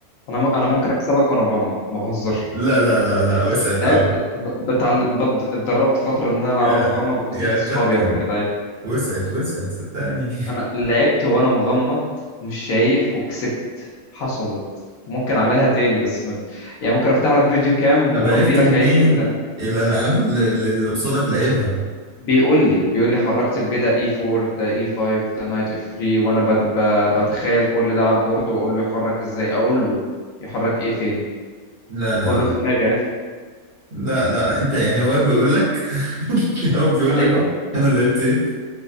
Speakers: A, on the left; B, on the right.
A: انا م... انا ممكن اكسبك وانا مغمض ما بهزرش
B: لا لا لا لا وسعت
A: لعبت
B: اوي
A: ب... بتعل... بد... اتدربت فتره ان انا العب
B: يا
A: وانا مغمض وكسبت
B: يا كابتن
A: صحابي قبل كده عادي
B: وسعت وسعت صدقني
A: انا لعبت وانا مغمض مش شايف وكسبت حصلت وممكن اعملها تاني بس مد... يعني ممكن افتح لك فيديو كام
B: <laughs> طب
A: واغمي
B: عرفت
A: لك
B: منين
A: عيني ونلعب
B: الالعاب اللي اللي قصادك لعبها
A: بيقول لي بيقول لي حركت البيه ده E4 ده E5 ده نايت F3 وانا بت... ب... بتخيل كل ده على البورد واقول له يحرك ازاي اقول له يحرك ايه فين
B: لا
A: وكله
B: لا
A: في دماغي عادي
B: لا لا انت يعني هو بيقول لك <laughs> هو بيقول
A: ايوه
B: لك انا لعبت ايه